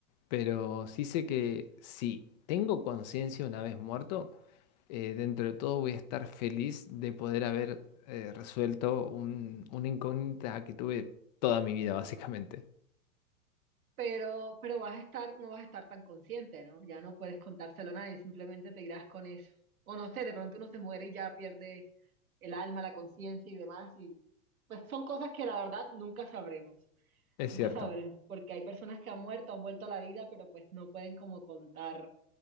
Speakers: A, on the left; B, on the right.
A: pero sí sé que si tengo conciencia una vez muerto, eh, dentro de todo voy a estar feliz de poder haber eh, resuelto un, una incógnita que tuve toda mi vida, básicamente.
B: pero, pero vas a estar, no vas a estar tan consciente, ¿no? Ya no puedes contárselo a nadie, simplemente te irás con eso. O no sé, de pronto uno se muere y ya pierde el alma, la conciencia y demás, y pues son cosas que la verdad nunca sabremos,
A: Es
B: nunca
A: cierto,
B: sabremos, porque hay personas que han muerto, han vuelto a la vida, pero pues no pueden como contar